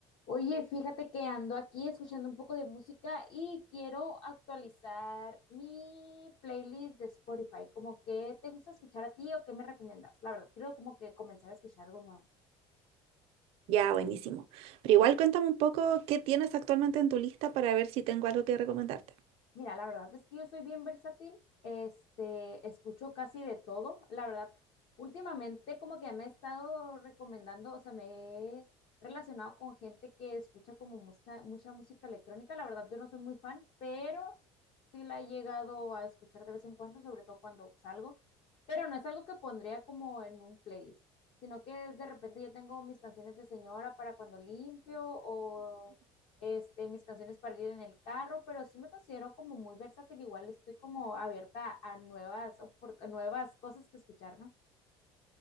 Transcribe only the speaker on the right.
Ya, buenísimo. Pero igual cuéntame un poco qué tienes actualmente en tu lista para ver si tengo algo que recomendarte.